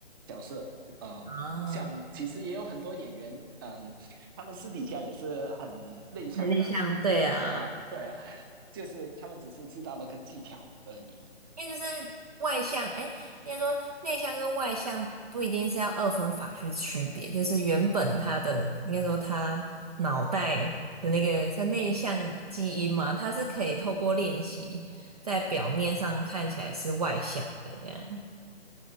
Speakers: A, on the right; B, on the right.
A: 角色，嗯，
B: 啊，
A: 像其实也有很多演员，嗯，他们私底下也是很内向的啊，
B: 对内向对啊，
A: 对啊，对啊 <laughs> 就是他们只是知道那个技巧而已，
B: 因为就是外向，哎，应该说内向跟外向不一定是要二分法去区别，就是原本他的应该说他脑袋的那个算内向基因嘛，他是可以透过练习在表面上看起来是外向的这样。